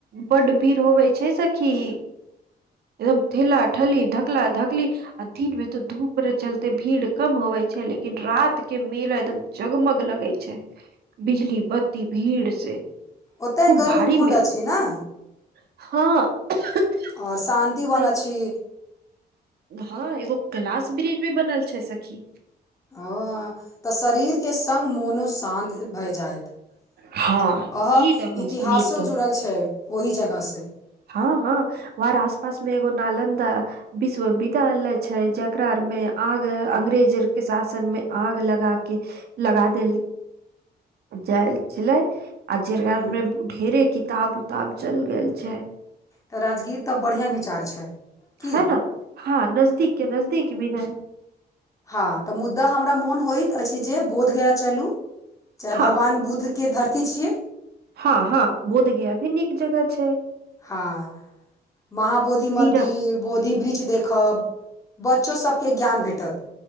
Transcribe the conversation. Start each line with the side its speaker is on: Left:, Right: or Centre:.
Right: बड्ड भीड़ होबै छै सखी। एकदम ठेला -ठेली धकला -धकली आ दिन मे तऽ धूप रे चलते भीड़ कम होबै छै लेकिन रात के मेला एकदम- जगमग लगै छै बिजली बत्ती भीड़ से-
Left: ओतैय
Right: खूब
Left: गर्म
Right: भारी
Left: कुण्ड
Right: मेला
Left: अछि न?
Right: हँ <unintelligible>
Left: और शान्ति
Right: ओते
Left: बन अछि।
Right: हँ एगो कैलास ब्रिज भी बनल छै सखी।
Left: हां तै शरीरके संग मोनो शान्त भए जाएत। अ
Right: हँ
Left: ह
Right: ई तऽ अहाँ
Left: इतिहासो
Right: नीक
Left: जुड़ल छै ओहि जगह से।
Right: हां-हां और आस-पास मे एगो नालन्दा विश्वविद्यालय छै जकरार मे आग अंग्रेज अर के शासन मे आग लगा कै लगा देल जाए छलै आ जेकरा
Left: हूँ
Right: आर मे ढेरे किताब-उताब जल गेल छै।
Left: तऽ राजगीर तब बढ़िया विचार छै। की
Right: हय न हां नजदीक के नजदीक भी रहे
Left: हां तऽ मुद्दा हमरा मोन होइत अछि जे बोधगया चलू चाहे
Right: हाँ
Left: भगवान बुद्ध के धरती छियै।
Right: हां-हां बोधगया भी नीक जगह छै।
Left: हां। महाबोधि
Right: तीरथ
Left: मन्दिर, बोधि वृक्ष देखब बच्चो सबके ज्ञान भेटत।